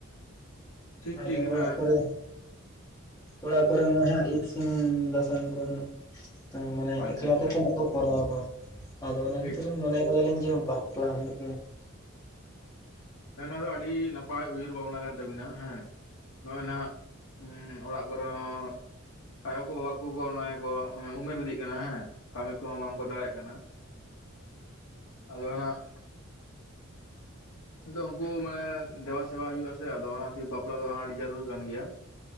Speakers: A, on the left; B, on the left.
A: ᱴᱷᱤᱠ
B: ᱟᱨ
A: ᱴᱷᱤᱠ ᱦᱮᱸ
B: ᱚᱲᱟᱜ ᱠᱚᱨᱮ ᱚᱲᱟ ᱠᱚᱨᱮ ᱢᱟ ᱦᱟᱸᱜ ᱤᱥᱤᱱ ᱵᱟᱥᱟᱝ ᱠᱚ ᱦᱟᱸᱜ ᱢᱟᱱᱮ
A: ᱟᱪᱪᱷᱟ
B: ᱮᱠᱞᱟᱛᱮ
A: ᱟᱪᱪᱷᱟ
B: ᱛᱤᱱᱟᱹᱜ ᱠᱚ ᱠᱚᱨᱟᱣᱟ ᱟᱠᱚ ᱟᱫᱚ ᱚᱱᱟ ᱠᱷᱟᱹᱛᱤᱨ
A: ᱴᱷᱤᱠ
B: ᱢᱚᱱᱮ ᱠᱟᱫᱟᱞᱤᱧ ᱡᱮ ᱵᱟ ᱵᱟᱯᱞᱟ ᱦᱩᱭᱩᱜ ᱜᱮᱭᱟ ᱾
A: ᱦᱮᱸ ᱱᱚᱣᱟ ᱫᱚ ᱟᱹᱰᱤ ᱱᱟᱯᱟᱭ ᱩᱭᱦᱟᱹᱨ ᱵᱷᱟᱵᱽᱱᱟ ᱠᱟᱱ ᱛᱟᱵᱤᱱᱟ ᱦᱮᱸ ᱾ ᱱᱚᱜᱼᱚᱭ ᱱᱟᱜ ᱚᱲᱟᱜ ᱠᱚᱨᱮ ᱦᱚᱸ ᱾ ᱟᱭᱳ ᱠᱚ ᱵᱟᱵᱟ ᱠᱚ ᱱᱚᱭ ᱠᱚ ᱩᱢᱮᱨ ᱤᱫᱤᱜ ᱠᱟᱱᱟ ᱦᱮᱸ ᱠᱟᱹᱢᱤ ᱠᱚᱦᱚᱸ ᱵᱟᱝ ᱠᱚ ᱫᱟᱲᱮᱭᱟᱜ ᱠᱟᱱᱟ ᱾ ᱟᱫᱚ ᱱᱟᱜ ᱟᱫᱚ ᱩᱱᱠᱩ ᱢᱟᱱᱮ ᱫᱮᱵᱟ ᱥᱮᱵᱟ ᱦᱩᱭᱩ ᱼᱟ ᱥᱮ ᱟᱫᱚ ᱚᱱᱟ ᱛᱮ ᱵᱟᱯᱞᱟ ᱫᱚ ᱟᱹᱰᱤ ᱡᱟᱹᱨᱩᱲ ᱠᱟᱱ ᱜᱮᱭᱟ ᱾